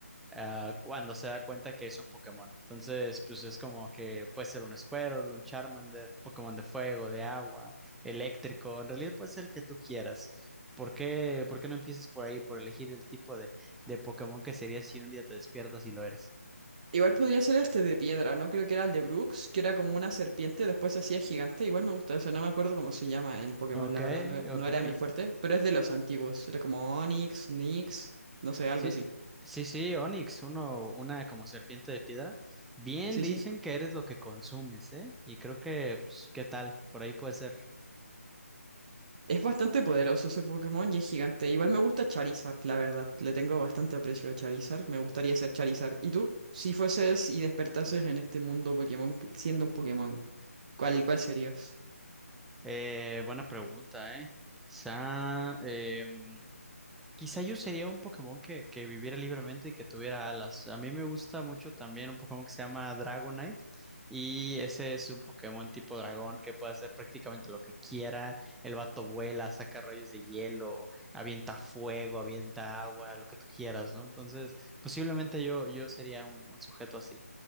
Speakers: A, in the centre; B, on the right.
A: ah, cuando se da cuenta que es un Pokémon. Entonces, pues es como que puede ser un Squirtle, un Charmander, Pokémon de fuego, de agua, eléctrico. En realidad puede ser el que tú quieras. ¿Por qué, por qué no empiezas por ahí, por elegir el tipo de, de Pokémon que sería si un día te despiertas y lo eres?
B: Igual podría ser este de piedra, ¿no? Creo que era el de Brooks, que era como una serpiente, después se hacía gigante. Igual me gusta eso, no me acuerdo cómo se llama el Pokémon,
A: Ok,
B: la verdad, no, no
A: ok,
B: era mi
A: ok.
B: fuerte, pero es de los antiguos. Era como Onix, Nix, no sé, algo
A: Sí,
B: así.
A: sí, sí, Onix, uno, una como serpiente de piedra. Bien
B: Sí,
A: dicen
B: sí.
A: que eres lo que consumes, ¿eh? Y creo que, pues, ¿qué tal? Por ahí puede ser.
B: Es bastante poderoso ese Pokémon y es gigante. Igual me gusta Charizard, la verdad. Le tengo bastante aprecio a Charizard. Me gustaría ser Charizard. ¿Y tú? Si fueses y despertases en este mundo Pokémon, siendo un Pokémon, ¿cuál, cuál serías?
A: Eh, buena pregunta, ¿eh? Quizá em, Quizá yo sería un Pokémon que, que viviera libremente y que tuviera alas. A mí me gusta mucho también un Pokémon que se llama Dragonite. Y ese es un Pokémon tipo dragón que puede hacer prácticamente lo que quiera. El vato vuela, saca rayos de hielo, avienta fuego, avienta agua, lo que tú quieras, ¿no? Entonces, posiblemente yo, yo sería un, un sujeto así.